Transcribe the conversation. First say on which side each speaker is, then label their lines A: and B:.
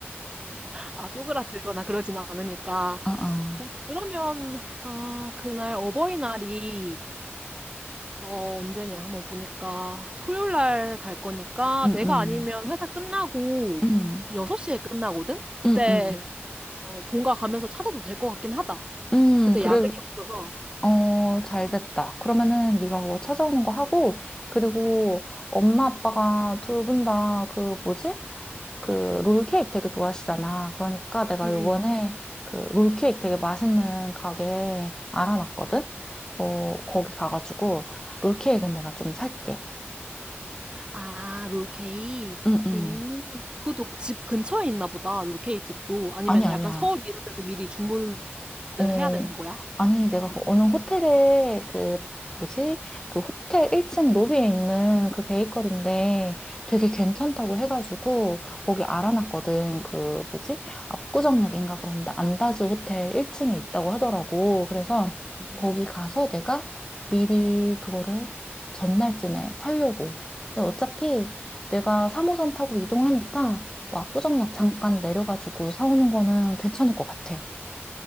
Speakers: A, on the right; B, on the left.
A: 아, 쪼그라들거나 그러진 않으니까.
B: 아, 아.
A: 보, 그러면, 아, 그날 어버이날이 어, 언제냐 한번 보니까 토요일 날 갈 거니까
B: 음,
A: 내가
B: 음.
A: 아니면 회사 끝나고
B: 음,
A: 6시에 끝나거든? 그때
B: 음, 음.
A: 어, 본가 가면서 찾아도 될 것 같긴 하다.
B: 음,
A: 그때
B: 그래,
A: 야근이 없어서.
B: 어, 잘 됐다. 그러면은 네가 그거 찾아오는 거 하고, 그리고 엄마 아빠가 두 분 다 그 뭐지? 그 롤케이크 되게 좋아하시잖아. 그러니까 내가
A: 음.
B: 요번에
A: 음.
B: 그 롤케이크 되게 맛있는 가게 알아놨거든? 어, 거기 가가지고 롤케이크는 내가 좀 살게.
A: 아, 롤케이크.
B: 응, 응.
A: 오, 그것도 집 근처에 있나 보다. 롤케이크 집도. 아니면
B: 아니, 아니야.
A: 약간 서울 이런 데서 미리 주문을
B: 어,
A: 해야 되는 거야?
B: 아니, 내가 그 어느 호텔에 그, 뭐지? 그 호텔 1층 로비에 있는 그 베이커리인데 되게 괜찮다고 해가지고 거기 알아놨거든. 그, 뭐지? 압구정역인가 그런데 안다즈 호텔 1층에 있다고 하더라고. 그래서
A: 음.
B: 거기 가서 내가 미리 그거를 전날쯤에 살려고. 근데 어차피 내가 3호선 타고 이동하니까 뭐 압구정역 잠깐 내려가지고 사오는 거는 괜찮을 것 같아.